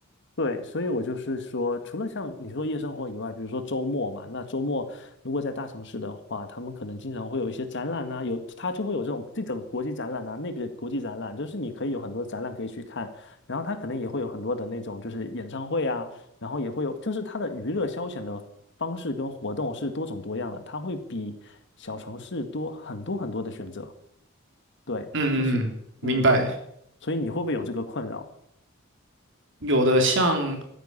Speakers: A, on the left; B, on the right.
A: 对，所以我就是说，除了像你说夜生活以外，比如说周末嘛，那周末如果在大城市的话，他们可能经常会有一些展览呐、有他就会有这种这种国际展览呐、那个国际展览，就是你可以有很多展览可以去看，然后他可能也会有很多的那种就是演唱会啊，然后也会有就是他的娱乐消遣的方式跟活动是多种多样的，它会比小城市多很多很多的选择。对，
B: 嗯嗯嗯，
A: 就是嗯，
B: 明白。
A: 所以你会不会有这个困扰？
B: 有的像，